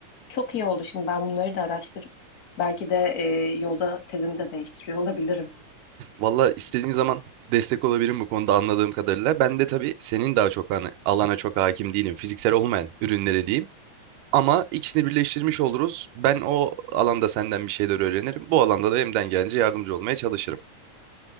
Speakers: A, on the left (about 45°); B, on the right (about 85°).
A: Çok iyi oldu. Şimdi ben bunları da araştırıp belki de e, yolda tezimi de değiştiriyor olabilirim.
B: Valla istediğin zaman destek olabilirim bu konuda anladığım kadarıyla. Ben de tabii senin daha çok hani alana çok hakim değilim. Fiziksel olmayan ürünlere diyeyim. Ama ikisini birleştirmiş oluruz. Ben o alanda senden bir şeyler öğrenirim. Bu alanda da elimden gelince yardımcı olmaya çalışırım.